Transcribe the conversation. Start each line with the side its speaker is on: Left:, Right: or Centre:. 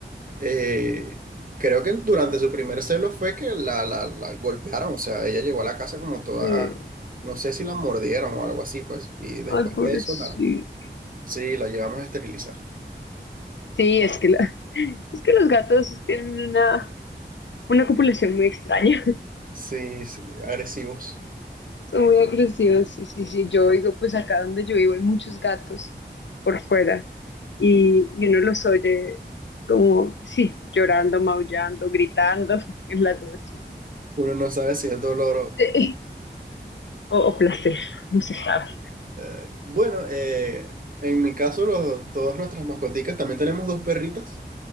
Right: Eh, creo que durante su primer celo fue que la, la, la golpearon, o sea, ella llegó a la casa como toda,
Left: Eh,
Right: no sé si la mordieron o algo así, pues, y después
Left: ay, pobrecito.
Right: de eso, la, sí, la llevamos a esterilizar.
Left: Sí, es que la- <laughs> es que los gatos tienen una, una copulación muy extraña.
Right: Sí, sí, agresivos.
Left: Son muy agresivos, sí, sí, sí. Yo digo, pues acá donde yo vivo hay muchos gatos por fuera y, y uno los oye como, sí, llorando, maullando, gritando <laughs> en las noches.
Right: Uno no sabe si es dolor o...
Left: Sí. O, o placer, no se sabe.
Right: eh, bueno, eh, en mi caso, los, todas nuestras mascoticas, también tenemos dos perritas,